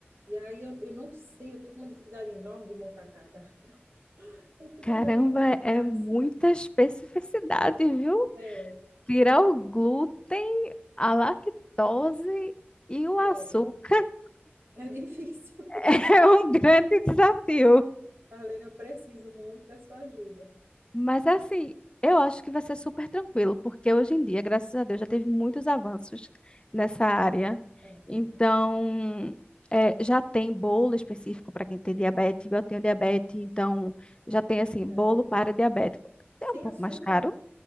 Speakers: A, on the right; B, on the left.
A: E aí eu, eu não sei, eu tô com uma dificuldade enorme de montar cardápio. <laughs> Eu queria
B: Caramba,
A: que alguém me ajudasse.
B: é muita especificidade, viu?
A: É,
B: Tirar o glúten, a lactose e o
A: é,
B: açúcar
A: é difícil. <laughs>
B: <laughs> é um grande desafio.
A: Tá vendo? Eu preciso muito da sua ajuda.
B: Mas assim, eu acho que vai ser super tranquilo, porque hoje em dia, graças a Deus, já teve muitos avanços nessa área.
A: Aham,
B: Então, é, já tem bolo específico para quem tem diabetes. Eu tenho diabetes, então já tem assim, bolo
A: sério.
B: para diabético.
A: Sem
B: É um pouco
A: açúcar
B: mais caro,